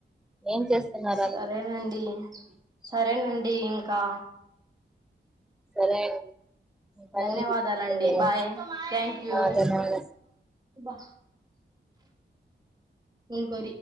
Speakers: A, in the centre; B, on the right.
A: ఏం చేస్తున్నారు
B: సరేనండి
A: అందరు
B: సరేనండి అండి ఇంకా
A: సరే అండి మీ పని
B: ధన్యవాదాలండి
A: ఉంది చూసుకోండి
B: బాయ్ థ్యాంక్ యూ
A: ఆ ధన్యవాదాలు
B: వా ఫను కో